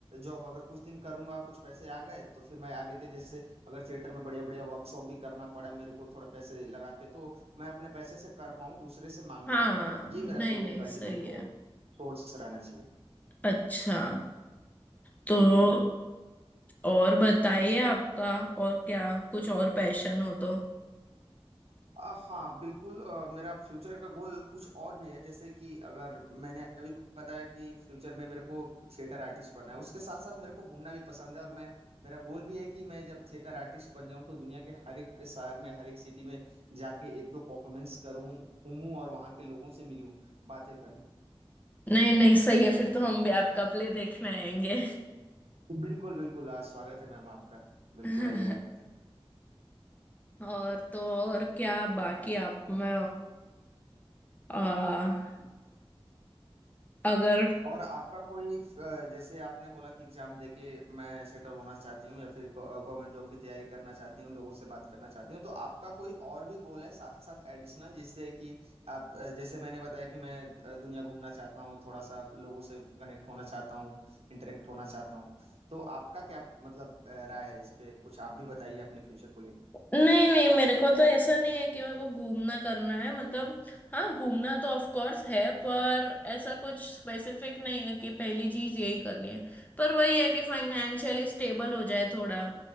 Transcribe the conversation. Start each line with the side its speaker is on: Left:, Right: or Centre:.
Right: जॉब अगर कुछ दिन करूंगा कुछ पैसे आ गए तो फिर मैं आगे के जैसे अगर थिएटर में बढ़िया बढ़िया वर्कशॉप भी करना पड़ा मेरे को थोड़ा पैसे लगा के तो मैं अपने पैसे से कर पाऊँ दूसरे से मांगना
Left: हाँ
Right: ना पड़े ये मेरा
Left: नहीं
Right: फ्यूचर
Left: नहीं
Right: का अल्टीमेट
Left: सही है
Right: सोर्स रहना चाहिए
Left: अच्छा तो
Right: बिल्कुल
Left: और बताइए आपका और क्या कुछ और पैशन हो तो
Right: अ, हाँ बिल्कुल अ, मेरा फ्यूचर का गोल कुछ और भी है जैसे कि अगर मैंने अभी बताया कि फ्यूचर में मेरे को थिएटर आर्टिस्ट बनना है उसके साथ साथ मेरे को घूमना भी पसंद है और मैं मेरा गोल भी है कि मैं जब थिएटर आर्टिस्ट बन जाऊं तो दुनिया के हर एक शहर में हर एक सिटी में जाके एक दो परफॉर्मेंस करूं घूमूं और वहाँ के लोगों से मिलूं बातें करूं
Left: नहीं नहीं सही है फिर तो हम भी आपका प्ले देखने आएंगे
Right: बिल्कुल बिल्कुल आज स्वागत है मैम आपका बिल्कुल
Left: <laughs>
Right: आइए आप
Left: और तो और क्या बाकी आप में आ, अगर
Right: और आपका कोई अ, जैसे आपने बोला कि एग्जाम देके मैं सेटल होना चाहती हूँ या फिर गवर्नमेंट जॉब की तैयारी करना चाहती हूँ लोगों से बात करना चाहती हूँ तो आपका कोई और भी गोल है साथ साथ एडिशनल जिससे कि आप अ, जैसे मैंने बताया कि मैं अ, दुनिया घूमना चाहता हूँ थोड़ा सा लोगों से कनेक्ट होना चाहता हूँ इंटरेक्ट होना चाहता हूँ तो आपका क्या मतलब अ, राय है इस पे कुछ आप भी बताइए अपने फ्यूचर को लेकर
Left: नहीं नहीं मेरे को तो ऐसा नहीं है कि मेरे को घूमना करना है मतलब हाँ घूमना तो ऑफ कोर्स है पर ऐसा कुछ स्पेसिफिक नहीं है कि पहली चीज यही करनी है पर वही है कि फाइनेंशियली स्टेबल हो जाए थोड़ा